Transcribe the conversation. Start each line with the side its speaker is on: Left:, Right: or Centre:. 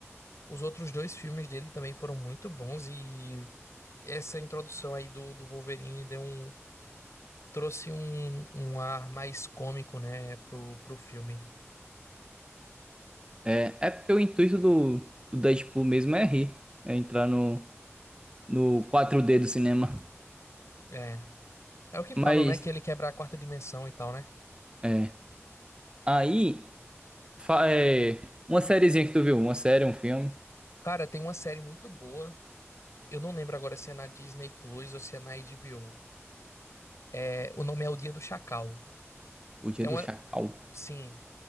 Left: os outros dois filmes dele também foram muito bons e essa introdução aí do, do Wolverine deu um, trouxe um, um ar mais cômico, né, pro, pro filme.
Right: É, é porque o intuito do, do Deadpool mesmo é rir, é entrar no, no 4D do cinema.
Left: É. É o que falam,
Right: Mas,
Left: né? Que ele quebra a quarta dimensão e tal, né?
Right: é. Aí, fa- é, uma sériezinha que tu viu, uma série, um filme,
Left: Cara, tem uma série muito boa. Eu não lembro agora se é na Disney Plus ou se é na HBO. É, o nome é O Dia do Chacal.
Right: O Dia
Left: É
Right: do
Left: uma.
Right: Chacal.
Left: Sim.